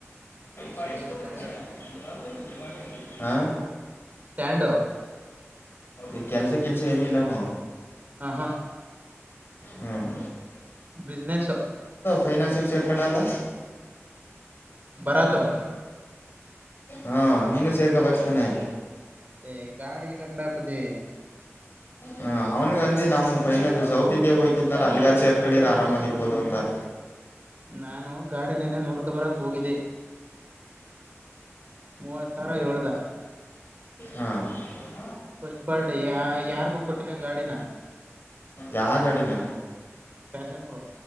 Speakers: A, on the left; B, on the right.
A: ಪೈಪ್
B: ಇಲ್ಲೇ
A: ಕೊಡ್ತೇನೆ
B: ಸ್ಟ್ಯಾಂಡ್
A: <unintelligible> ಹಾ
B: ಸ್ಟ್ಯಾಂಡ್
A: ಈ ಕೆಲ್ಸ ಕೆಲ್ಸ ಏನುೂ ಇಲ್ಲಾನ
B: ಹ ಹಾ
A: ಹ್ಮ್
B: ಬಿಿಸ್ನೆಸ್
A: ಫೈನಾಾನ್ಸಿಗೆ ಚೇರ್ಕಂಡಂತ
B: ಬರಾತವೂ
A: ಹಾ ನೀನುೂ ಸೇರ್ಕೋಬಕ್ತಾನೆ
B: ಹೇ ಗಾಡಿ ನ ಕಡೆಪ್ಪದೆ
A: ಹ ಅವ್ನ್ಗ ಅಂದ ನಮ್ಮ್ ಫೈನ ಸೌತ್ ಇಂಡಿಯಾಗ ಹೋ್ತಿದ್ನಾಲ ಅಲ್ಲಿಗಾರು ಸೇರ್ಕೊಂಡಿರ ಆರಾಮಾಗಿರ್ಬೋದು ಅಂತ <unintelligible>
B: ನಾನು ಗಾಡಿ ನೆನ್ನೆ ನೋಡ್ಕೊ ಬರಕ್ ಹೋಗಿದ್ದೆ ಮೂವತ್ ಸಾವಿರ ಹೇಳ್ದ
A: ಹಾ <unintelligible> ಹಾ
B: ಫಸ್ಟ್ ಪಾರ್ಟಿ ಯ ಯಾರ್ಗೂ ಕೊಟ್ಟಿಲ್ಲ ಗಾಡಿನ
A: ಯಾವ ಗಾಡಿನ
B: ಪ್ಯಾಶನ್ಪ್ರೊ